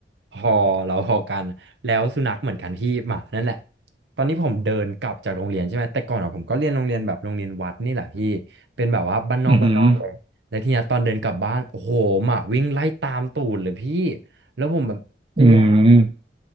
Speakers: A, on the right; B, on the right.
A: พอเราพอกันแล้วสุนัขเหมือนกันพี่หมานั่นแหละตอนนี้ผมเดินกลับจากโรงเรียนใช่ไหมแต่ก่อนอะผมก็เรียนโรงเรียนแบบโรงเรียนวัดนี่แหละพี่เป็นแบบว่าบ้านนอกบ้านนอกเลยแล้วทีเนี้ยตอนเดินกลับบ้านโอ้โหหมาวิ่งไล่ตามตูดเลยพี่
B: <laughs> อืม
A: แล้วผมแบบ กลัว
B: อืม